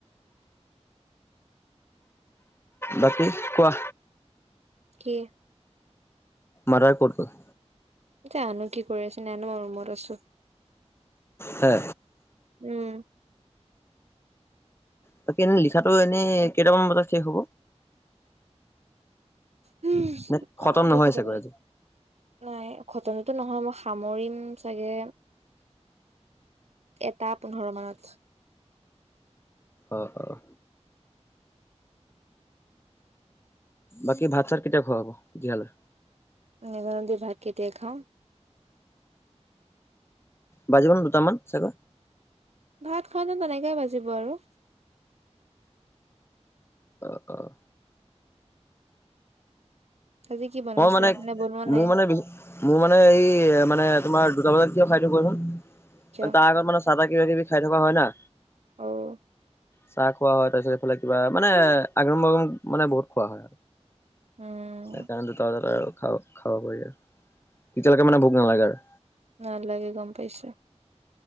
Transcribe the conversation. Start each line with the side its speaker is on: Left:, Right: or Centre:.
Left: বাকী কোৱা?
Right: কি?
Left: মাদাৰ কত গল?
Right: জানো কি কৰি আছে, নাজানো আৰু ৰোমত আছো।
Left: হে
Right: উম।
Left: বাকী এনে লিখাটো এনেই কেইটামান বজাত শেষ হ'ব?
Right: হুঁহ্‌,
Left: নে
Right: সামৰিলি
Left: খতম নহয়
Right: কেতিয়াবাই?
Left: চাগৈ আজি
Right: নাই, খটমটো নহয়, মই সামৰিম চাগে, এটা পোন্ধৰ মানত।
Left: অঁ, অঁ। বাকী ভাত-চাত কেতিয়া খোৱা হ'ব তেতিয়া হলে?
Right: নেজানোঁ দে ভাত কেতিয়া খাওঁ?
Left: বাজিব ন দুটামান, চাগৈ?
Right: ভাত খাওঁতে তেনেকে বাজিব আৰু।
Left: অঁ, অঁ।
Right: আজি কি বনাইছে?
Left: মই মানে,
Right: নে বনোৱা নাই?
Left: মোৰ মানে, মোৰ মানে, এই মানে তোমাৰ দুটা বজাত কিয় খাই দিও কোৱাচোন।
Right: কিয়?
Left: তাৰ আগত মানে চাহ-তাহ কিবা কিবি খাই থকা হ'য় না।
Right: অঁ।
Left: চাহ খোৱা হয়। তাৰপিছত এইফালে কিবা, মানে আগং-বাগং মানে, বহুত খোৱা হয়।
Right: উম।
Left: সেইকাৰণে দুটা বজাত আৰু খ খাব পাৰি আৰু তেতিয়ালৈকে মানে ভোক নালাগে আৰু।
Right: নালাগে গম পাইছো।